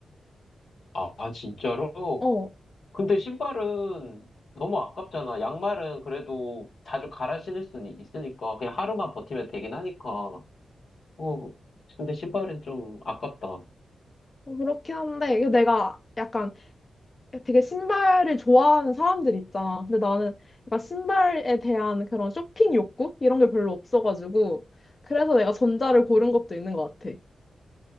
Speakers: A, on the left; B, on the left.
A: 아, 아, 진짜로?
B: 어,
A: 근데 신발은 너무 아깝잖아. 양말은 그래도 자주 갈아 신을 수는 있으니까, 그냥 하루만 버티면 되긴 하니까. 어, 근데 신발은 좀 아깝다.
B: 그렇긴 한데, 이게 내가 약간 되게 신발을 좋아하는 사람들 있잖아. 근데 나는 약간 신발에 대한 그런 쇼핑 욕구? 이런 게 별로 없어가지고. 그래서 내가 전자를 고른 것도 있는 것 같아.